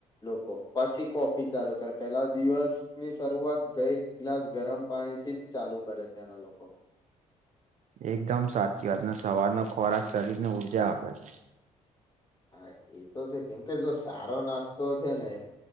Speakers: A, on the left; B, on the right.
A: લોકો પછી કોફી ચાલુ કરે. પેલા દિવસની શરૂઆત એક ગ્લાસ ગરમ પાણી થી જ ચાલુ કરે ત્યાંના લોકો.
B: <inaudible> એકદમ સાચી વાત. ને સવારનો ખોરાક શરીરની ઊર્જા આપે છે.
A: હા એતો છે. કેમ કે જો સારો નાસ્તો છે ને